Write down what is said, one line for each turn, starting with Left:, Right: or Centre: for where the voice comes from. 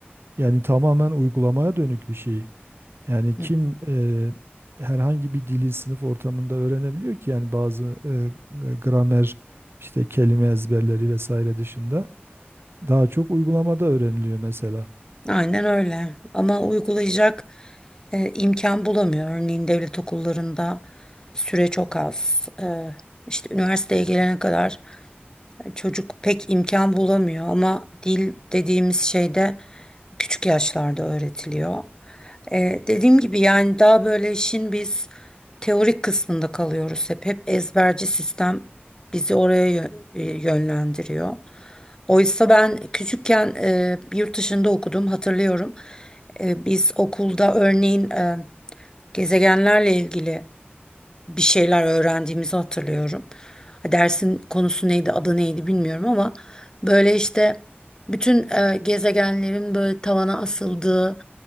Right: yani tamamen uygulamaya dönük bir şey. Yani
Left: Hı.
Right: kim e, herhangi bir dili sınıf ortamında öğrenebiliyor ki yani bazı e, gramer işte kelime ezberleri vesaire dışında daha çok uygulamada öğreniliyor mesela.
Left: Aynen öyle. Ama uygulayacak e, imkan bulamıyor. Örneğin devlet okullarında süre çok az. E, işte üniversiteye gelene kadar Çocuk pek imkan bulamıyor ama dil dediğimiz şey de küçük yaşlarda öğretiliyor. Ee, dediğim gibi yani daha böyle işin biz teorik kısmında kalıyoruz hep. Hep ezberci sistem bizi oraya yö- e, yönlendiriyor. Oysa ben küçükken e, yurt dışında okudum hatırlıyorum. E, biz okulda örneğin e, gezegenlerle ilgili bir şeyler öğrendiğimizi hatırlıyorum. Ha, Dersin konusu neydi, adı neydi bilmiyorum ama böyle işte bütün e, gezegenlerin böyle tavana asıldığı,